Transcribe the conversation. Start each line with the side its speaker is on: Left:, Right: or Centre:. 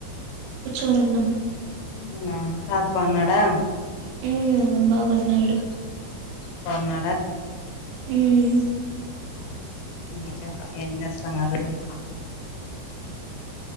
Right: కూచోనున్నాం.
Left: అవునా తాత బాగున్నాడా.
Right: ఉమ్ బాగున్నాడు.
Left: సున్నాడ.
Right: ఉమ్.
Left: ఇంకా ఎంజెస్తున్నారు ఇది.